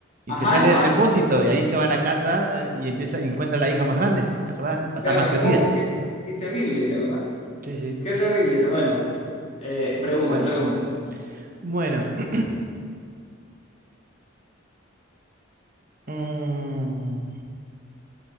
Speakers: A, on the right; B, on the left.
A: y
B: Ajá,
A: que sale
B: en la
A: del
B: van.
A: depósito, y ahí se va a la casa eh, y empieza, y encuentra a la hija más grande, ¿te acordás? O
B: Claro,
A: sea, más crecida.
B: oh, qué, qué terrible, ¿te acordás?
A: Sí, sí.
B: Qué terrible eso. Bueno, eh, pregunte,
A: Bueno,
B: pregunte.
A: bueno. <clears throat> Mm,